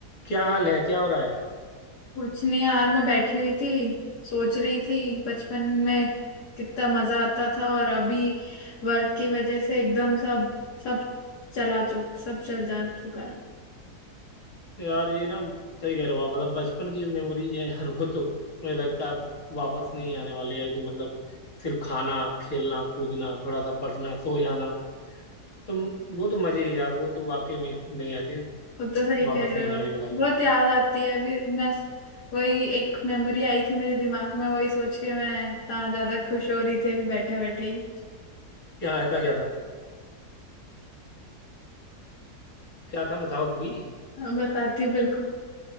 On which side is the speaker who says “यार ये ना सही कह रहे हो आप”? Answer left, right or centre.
Left